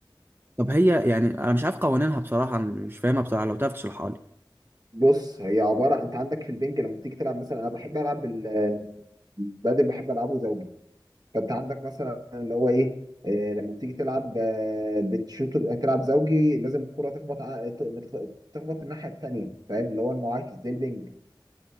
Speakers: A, on the right (about 25°); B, on the right (about 50°).
A: طب هي يعني انا مش عارف قوانينها بصراحة أنا مش فاهمها بصراحة لو تعرف تشرحها لي
B: بص هي عباره انت عندك في البنج لما بتيجي تلعب مثلا انا بحب العب ال- بدل بحب العبه زوجي فانت عندك مثلا اللي هو ايه آه، لما بتيجي تلعب آه، بتشوط تلعب زوجي لازم الكره تخبط ع- ت- ما تخ- تخبط الناحيه التانيه فاهم اللي هو المعاكس زي البنج